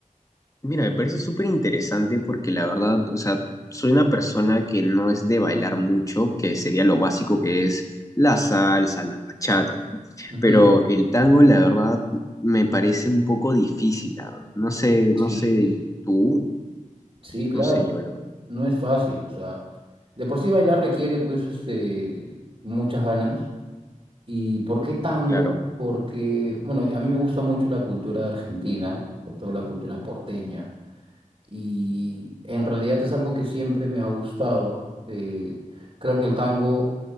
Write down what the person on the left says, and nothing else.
mira, me parece súper interesante porque la verdad, o sea, soy una persona que no es de bailar mucho, que sería lo básico que es la salsa, la bachata, ¿no?
Pero el tango, la verdad, me parece un poco difícil. ah, No sé, no
sé tú,
no sé yo, la verdad.
Claro.